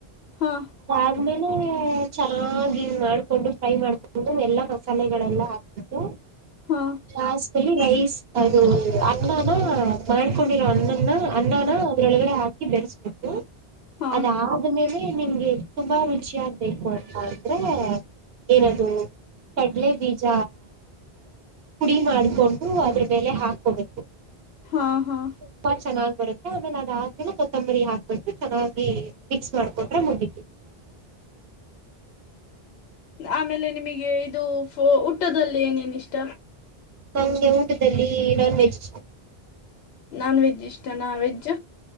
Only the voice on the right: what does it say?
ಅದ್ಮೇಲೆ ಚೆನ್ನಾಗಿ ಮಾಡ್ಕೊಂಡು ಫ್ರೈ ಮಾಡ್ಕೊಂಡು ಎಲ್ಲಾ ಮಸಾಲೆಗಳೆಲ್ಲ ಹಾಕಬೇಕು.
ಲಾಸ್ಟಲ್ಲಿ ರೈಸ್. ಅದು ಅನ್ನನ ಮಾಡ್ಕೊಂಡಿರೋ ಅಣ್ಣನ ಅನ್ನನ ಅದ್ರೊಳಗಡೆ ಹಾಕಿ ಬೆರೆಸ್ಬೇಕು.
ಅದಾದ್ಮೇಲೆ. ನಿಮ್ಗೆ ತುಂಬಾ ರುಚಿಯ ಆಗ್ಬೇಕು ಅಂತ ಅಂದ್ರೆ ಏನದು ಕಡಲೆ ಬೀಜ ಪುಡಿ ಮಾಡ್ಕೊಂಡು ಅದ್ರ. ಬೆಲೆ ಹಾಕೋಬೇಕು.
ತುಂಬಾ ಚೆನ್ನಾಗ್ ಬರುತ್ತೆ ಆಮೇಲೆ ಅದಾದ್ಮೇಲೆ ಕೊತ್ತಂಬರಿ ಹಾಕ್ಬಿಟ್ರೆ ಚೆನ್ನಾಗಿ ಮಿಕ್ಸ್ ಮಾಡಕೊಟ್ರೆ ಮುಗಿತು.
ನಮಗೆ ಊಟದಲ್ಲಿ ನಾನ್ ವೆಜ್.